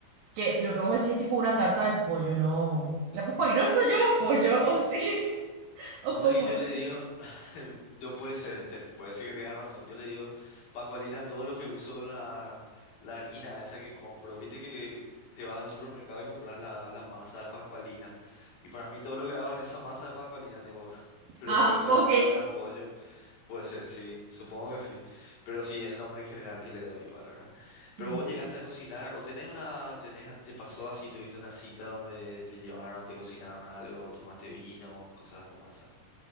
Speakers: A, on the right; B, on the left.
A: Que lo que vos
B: Claro.
A: decís es tipo una tarta de pollo, ¿no? La pascualina no lleva pollo, ¿o sí? <laughs>
B: Vos
A: ¿O cómo
B: sabés que
A: es?
B: yo le digo, <laughs> no puede ser, te- puede ser que tengas razón. Yo le digo, Pacualina, todo lo que uso la, la harina esa que compro, viste que te vas al supermercado y compras la, la masa de Pascualina. Y para mí todo lo que hago en esa masa de Pascualina, tipo, <laughs> pero
A: Ah,
B: puede ser
A: ok.
B: tarta de pollo, puede ser, sí, supongo que sí. Pero sí, el nombre en general que le doy igual, ¿verdad? Pero
A: <laughs>
B: vos llegaste a cocinar, o tenés una, tenés, te pasó así, tuviste una cita donde te llevaron, te cocinaron algo, tomaste vino, cosas como esas.